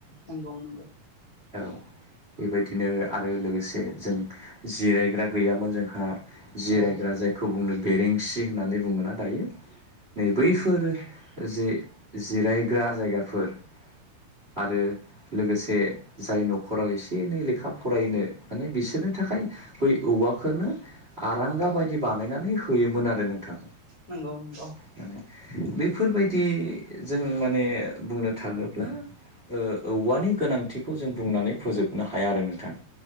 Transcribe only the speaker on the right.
औ बेबायदिनो आरो लोगोसे जों जिरायग्रा गैयामोन जोंहा जिरायग्रा
जायखौ बुंनो बेरेंसि होननानै बुङोना दायो उम नै बैफोर जै जिरायग्रा जायगाफोर आरो लोगोसे जाय न'खराव एसे एनै लेखा फरायनो माने बिसोरनो नि थाखाय बै औवखोनो आरांगा बायदि बानायनानै होयोमोन आरो नोंथां
माने बेफोरबायदि जों माने बुंनो थाङोब्ला ओ औवानि गोनांथिखौ जों बुंनानै फोजोबनो हाया आरो नोंथां